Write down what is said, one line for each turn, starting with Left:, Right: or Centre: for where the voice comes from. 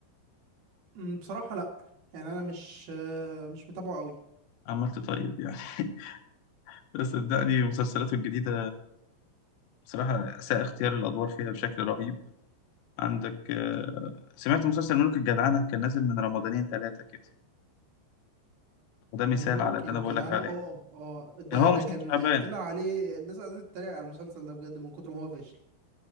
Right: مم، بصراحة لا يعني انا مش آه، مش متابعه قوي
Left: عملت طيب يعني <laughs> بس صدقني مسلسلاته الجديده بصراحه اساء اختيار الادوار فيها بشكل رهيب عندك آه، سمعت مسلسل ملوك الجدعنه كان نازل من رمضانين ثلاثه كده وده مثال
Right: ملوك
Left: على اللي
Right: الجدعنة
Left: انا بقول لك عليه
Right: اه اه ده
Left: كان هو
Right: ده
Left: مسلسل
Right: كان
Left: تعبان
Right: طلع عليه الناس قعدت تتريق على المسلسل ده بجد من كتر ما هو فاشل